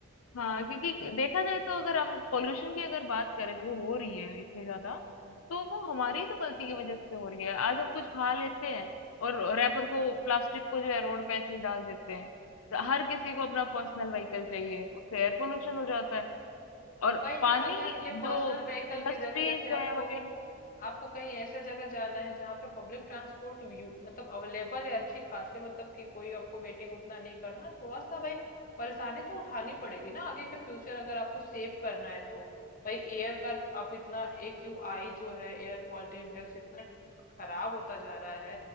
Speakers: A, on the left; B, on the left.
A: हाँ, क्योंकि देखा जाए तो अगर हम पॉल्यूशन की अगर बात करें जो हो रही है इतनी ज्यादा,
B: है
A: तो वो हमारी ही तो गलती की वजह से हो रही है। आज हम कुछ खा लेते हैं और रैपर को प्लास्टिक को जो है रोड पे ऐसे ही डाल देते हैं। तो हर किसी को अपना पर्सनल व्हीकल चाहिए, उससे एयर पोल्यूशन हो जाता है और
B: वही
A: पानी
B: ना अगर ये पर्सनल
A: जो
B: व्हीकल
A: इंडस्ट्रीज
B: के जगह जैसे आपको
A: है वगैरह
B: आपको कहीं ऐसे जगह जाना है जहाँ पे पब्लिक ट्रांसपोर्ट यू मतलब अवेलेबल है अच्छी खासी मतलब कि कोई आपको वेटिंग उतना नहीं करना हाँ, थोड़ा सा भाई परेशानी तो उठानी पड़ेगी ना आगे के फ्यूचर अगर आपको सेव करना है तो भाई एयर का आप इतना ए क्यू आई जो है एयर क्वालिटी इंडेक्स इतना खराब होता जा रहा है